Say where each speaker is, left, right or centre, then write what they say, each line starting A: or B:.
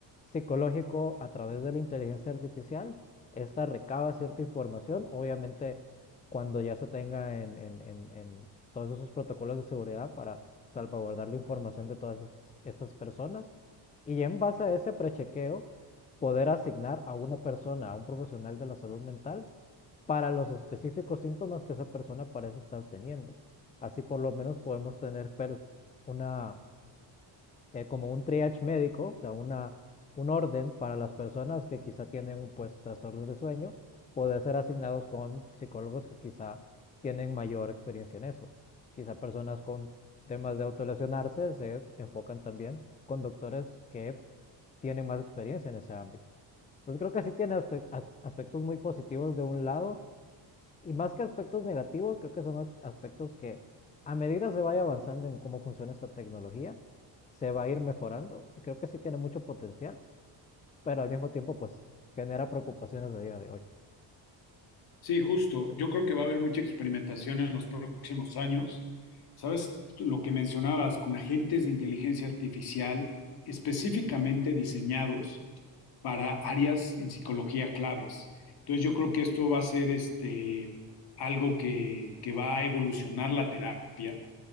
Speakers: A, on the left (about 20°); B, on the left (about 60°).
A: psicológico a través de la inteligencia artificial. Esta recaba cierta información, obviamente cuando ya se tenga en, en- en- en todos esos protocolos de seguridad para salvaguardar la información de todas estas- personas. Y ya en base a ese prechequeo, poder asignar a una persona, a un profesional de la salud mental, para los específicos síntomas que esa persona parece estar teniendo. Así por lo menos podemos tener pues, una, eh, como un triage médico, o sea, una, un orden para las personas que quizá tienen pues trastornos de sueño, poder ser asignados con psicólogos que quizá tienen mayor experiencia en eso. Quizá personas con temas de autolesionarse se enfocan también con doctores que tienen más experiencia en ese ámbito. Entonces creo que sí tiene aspectos muy positivos de un lado y más que aspectos negativos, creo que son aspectos que a medida se vaya avanzando en cómo funciona esta tecnología, se va a ir mejorando y creo que sí tiene mucho potencial, pero al mismo tiempo pues genera preocupaciones de día de hoy.
B: Sí, justo. Yo creo que va a haber mucha experimentación en los próximos años. ¿Sabes lo que mencionabas con agentes de inteligencia artificial específicamente diseñados para áreas en psicología claves? Entonces yo creo que esto va a ser este, algo que, que va a evolucionar la terapia.